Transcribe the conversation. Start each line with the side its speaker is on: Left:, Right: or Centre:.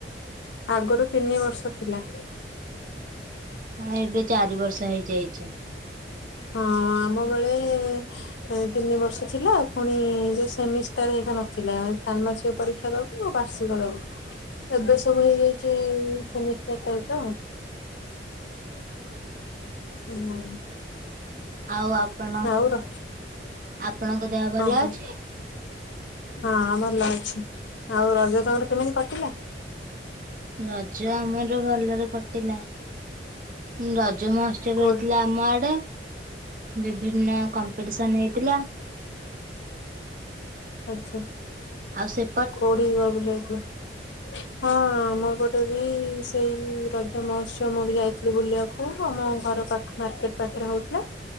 Left: ଆଗରୁ ତିନିବର୍ଷ ଥିଲା।
Right: ହଁ ଏବେ ଚାରିବର୍ଷ ହେଇଯାଇଛି।
Left: ହଁ ଆମ ବେଳେ ଏ ତିନି ବର୍ଷ ଥିଲା ପୁଣି ଯୋଉ ସେମିଷ୍ଟାର୍ ହେରିକା ନଥିଲା ସାଣ୍ମାସିକ ପରୀକ୍ଷା ଦବୁ ଉ ବାର୍ଷିକ ଦବୁ ଏବେ ସବୁ ହେଇଯାଇଛି ସେମିଷ୍ଟାର୍ ଟାଇପ୍ ର। ହୁଁ।
Right: ଆଉ ଆପଣ
Left: ଆଉ ର
Right: ଆପଣଙ୍କ ଦେହ ଭଲଅଛି?
Left: କଣ କହିଲୁ ହଁ ଭଲ ଅଛି ଆଉ ରଜ ତମର କେମିତି କଟିଲା?
Right: ରଜ ଆମର ଭଲରେ କଟିଲା। ହୁଁ ରଜ ମହୋତ୍ସବ
Left: କୋଉ
Right: ହେଇଥିଲା ଆମ ଆଡ଼େ। ବିଭିନ୍ନ କମ୍ପିଡିସନ୍ ହେଇଥିଲା।
Left: ଆଚ୍ଛା।
Right: ଆଉ ସେ
Left: କୋଉଠିକି ଯାଅ ବୁଲିବାକୁ?
Right: <unintelligible>
Left: ହଁ ଆମ ପଟେ ବି ସେଇ ରଜମହୋତ୍ସବ ମୁଁ ବି ଯାଇଥିଲି ବୁଲିବାକୁ ଆମ ଘର ପା ଖ ମାର୍କେଟ୍ ପାଖେରେ ହୋଉଥିଲା